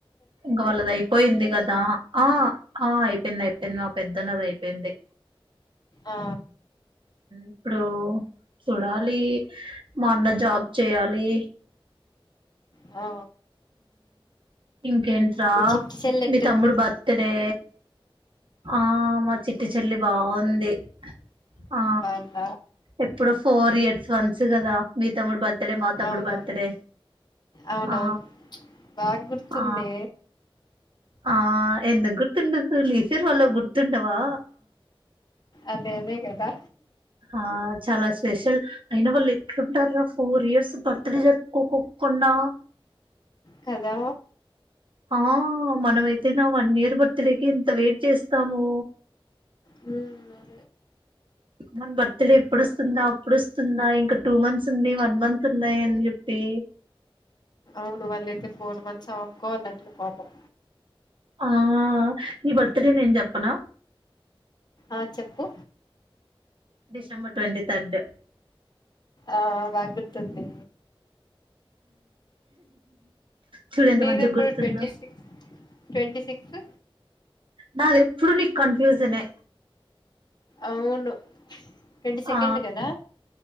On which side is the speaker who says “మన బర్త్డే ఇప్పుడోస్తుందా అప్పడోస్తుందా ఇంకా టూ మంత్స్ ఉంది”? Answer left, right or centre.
Right